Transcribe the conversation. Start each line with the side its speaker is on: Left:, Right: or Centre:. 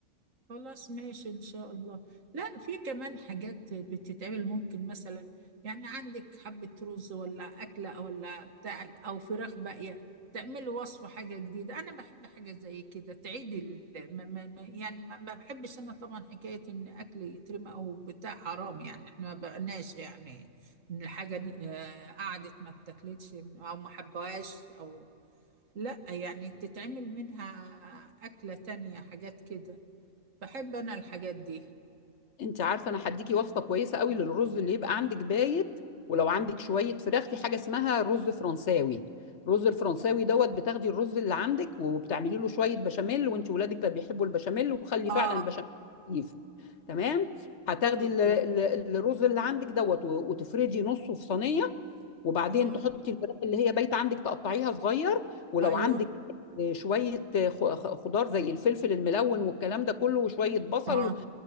Right: خلاص ماشي إن شاء الله لا في كمان حاجات بتتعمل ممكن مثلا يعني عندك حبة رز ولا أكلة أو ولا بتاع أو فراخ باقية تعملي وصفة حاجة جديدة أنا بحب حاجة زي كده تعيدي ال- ما- ما- ما- يعني ما ما بحبش أنا طبعا حكاية إن أكل يترمى أو بتاع حرام يعني إحنا ما بقناش يعني إن الحاجة آه، قعدت ما اتاكلتش أو ما حبهاش أو لا يعني تتعمل منها أكلة تانية حاجات كده بحب انا الحاجات دي
Left: انت عارفه انا هديكي وصفه كويسه قوي للرز اللي يبقى عندك بايت ولو عندك شويه فراخ في حاجه اسمها رز فرنساوي الرز الفرنساوي دوت بتاخدي الرز اللي عندك وبتعملي له شويه بشاميل وانت ولادك لا بيحبوا البشاميل وخلي
Right: اه
Left: فعلا البشاميل خفيف تمام هتاخدي ال- ال- الرز اللي عندك دوت و- وتفردي نصه في صينيه وبعدين
Right: آه،
Left: تحطي الفراخ اللي هي بايته عندك تقطعيها صغير ولو
Right: ايوه
Left: عندك آه، شويه آه، خ- خ- خضار زي الفلفل الملون والكلام ده كله وشويه بصل
Right: اه